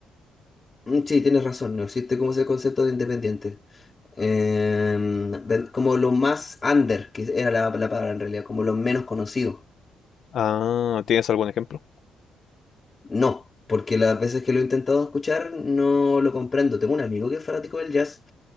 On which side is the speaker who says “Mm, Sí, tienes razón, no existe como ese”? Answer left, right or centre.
Left